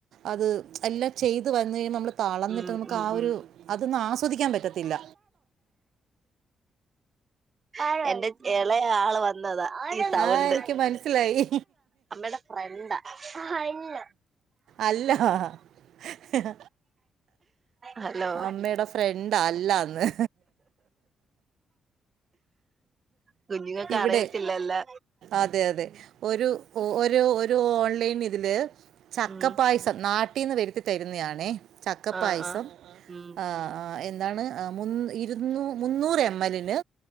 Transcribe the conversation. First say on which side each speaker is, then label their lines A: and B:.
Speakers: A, on the right; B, on the right.
A: അത് എല്ലാം ചെയ്ത് വന്ന കഴഞ്ഞൽ നമ്മള് തളർന്നിട്ട്
B: ഉം
A: നമുക്ക്
B: ഉം
A: ആ
B: ഉം
A: ഒരു അതൊന്നും ആസ്വദിക്കാൻ പറ്റത്തില്ല
B: ആ എന്റെ ഇളയ ആള് വന്നതാ ഈ സൗണ്ട്
A: ആ എനിക്ക് മനസ്സിലായി
B: അമ്മ എന്താഞ്ഞ
A: അല്ലോ ഹഹ
B: ഹലോ
A: അമ്മയുടെ ഫ്രണ്ട അല്ലന്ന്
B: കുഞ്ഞുങ്ങൾക്ക
A: ഇവിടെ
B: അറിയത്തില്ലല്ലാ
A: അതെ അതെ ഒരു ഒരു ഒരു ഓൺലൈൻ ഇതില് ചക്കപായസം
B: ഉം
A: നാട്ടീന്ന് വരുത്തി തരുന്നതാണേ ചക്കപ്പായസം
B: ആഹ് ആഹ് ഉം
A: ആ എന്താണ് മുൻ ഇരുന്നൂ മുന്നൂറ് എം എൽല്ലിന്